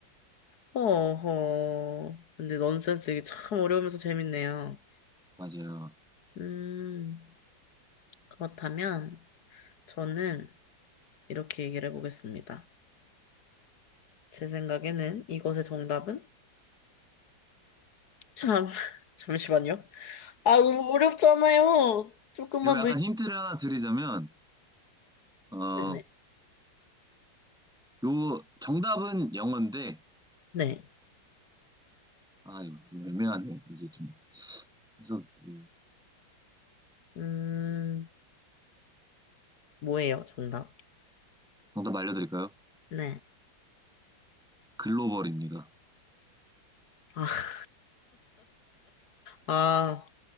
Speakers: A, on the left; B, in the centre.
A: 어허. 근데 넌센스 이게 참 어려우면서 재밌네요.
B: 맞아요.
A: 음. 그렇다면 저는 이렇게 얘기를 해보겠습니다. 제 생각에는 이것의 정답은 참 <laughs> 잠시만요. 아 너무 어렵잖아요. 조금만
B: 이거 약간
A: 더 있-
B: 힌트를 하나 드리자면, 어,
A: 네네
B: 요, 정답은 영어인데,
A: 네. 네.
B: 아, 이거 좀 애매하네. 이제 좀, 그래서, 음,
A: 음 뭐예요 정답?
B: 정답 알려드릴까요?
A: 네.
B: 글로벌입니다.
A: 아, 아,